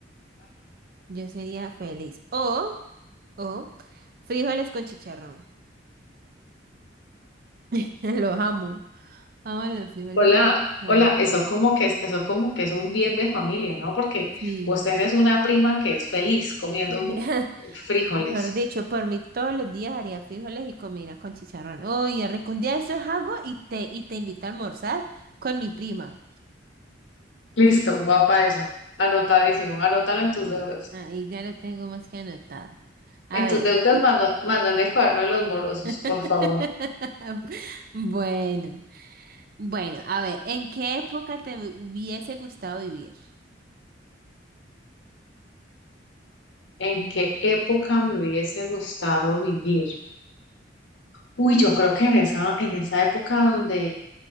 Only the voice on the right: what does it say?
yo sería feliz. O, o, frijoles con chicharrón. <laughs> Los amo. Amo los frijoles
con chicharrón.
Sí.
<laughs>
Mejor dicho, por mí todos los días haría frijoles y comida con chicharrón. Oye, recondía eso es algo y te, y te invito a almorzar con mi prima.
Bueno,
ahí ya lo tengo más que anotado. A
ver.
<clears throat>
<laughs>
Bueno, bueno, a ver, ¿en qué época te hubiese gustado vivir?